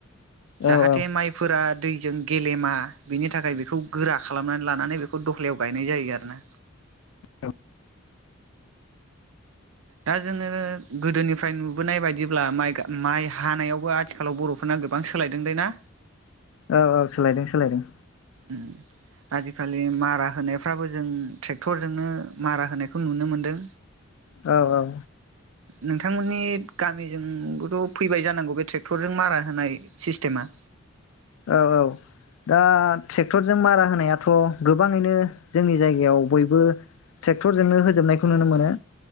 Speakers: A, on the right; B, on the left.
A: जाहाथे
B: औ औ
A: माइफोरा दैजों गेलेमा बिनि थाखाय बेखौ गोरा खालामनानै लानानै बेखौ दहलायाव गायनाय जायो आरोना।
B: औ
A: दा जोङो गोदोनिफ्राय नुबोनाय बायदिब्ला माइ हानायावबो आथिखालाव बर'फोरना गोबां सोलायदों दै ना?
B: औ औ सोलायदों सोलायदों।
A: उम आजिखालि मारा होनायफ्राबो जों ट्रेक्टरजोंनो मारा होनायखौ नुनो मोनदों।
B: औ औ
A: नोंथांमोननि गामिजोंबोथ' फैबाय जानांगौ बे ट्रेक्टरजों मारा होनाय सिस्टेमा।
B: औ औ दा ट्रेक्टरजों मारा होनायाथ' गोबाङैनो जोंनि जायगायाव बयबो ट्रेक्टरजोंनो होजोबनायखौ नुनो मोनो।